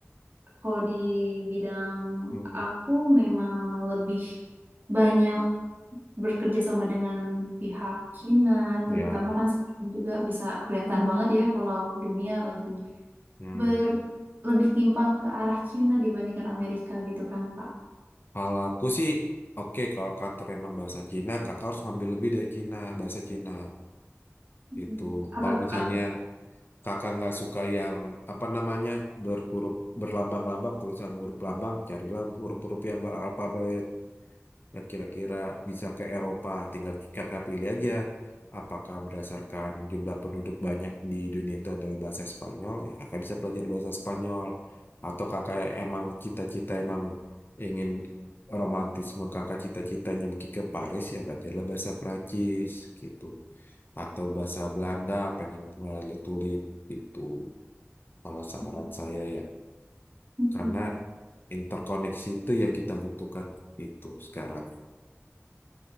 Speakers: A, on the right; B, on the left.
A: kalau di bidang
B: Hmm.
A: aku memang lebih banyak bekerja sama dengan pihak Cina,
B: Ya.
A: terutama kan sekarang juga bisa kelihatan banget ya kalau dunia lagi
B: Hmm.
A: ber lebih timpang ke arah Cina dibandingkan Amerika gitu kan Kak.
B: Kalau aku sih, oke kalau kantor emang bahasa Cina, kakak harus ngambil lebih dari Cina, bahasa Cina.
A: Mm-mm.
B: Itu.
A: Apa
B: Kalau
A: tuh
B: misalnya
A: Kak?
B: kakak nggak suka yang apa namanya berhuruf berlambang-lambang tulisan huruf lambang carilah huruf-huruf yang beralfabet yang kira-kira bisa ke Eropa tinggal kakak pilih aja apakah berdasarkan jumlah penduduk banyak di dunia itu adalah bahasa Spanyol ya kakak bisa pelajari bahasa Spanyol atau kakak emang cita-cita emang ingin romantisme kakak cita-citanya mungkin ke Paris ya belajarlah bahasa Perancis gitu atau bahasa Belanda pengen mulai tulip gitu kalau saran
A: Mm-mm.
B: saya ya,
A: Mm-mm.
B: karena interkoneksi itu yang kita butuhkan itu sekarang.